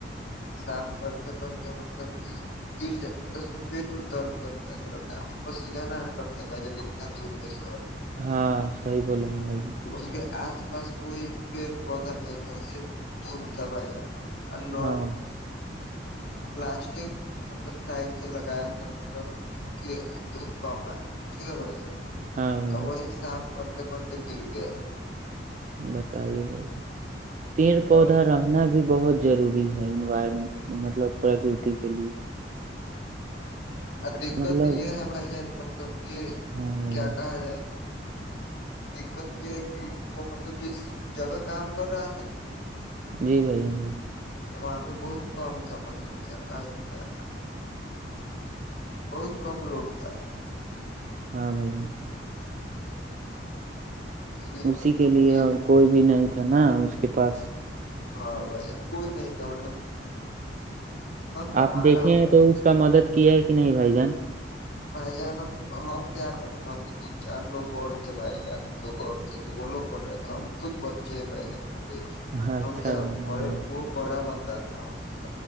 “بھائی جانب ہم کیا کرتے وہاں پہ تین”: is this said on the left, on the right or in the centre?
Left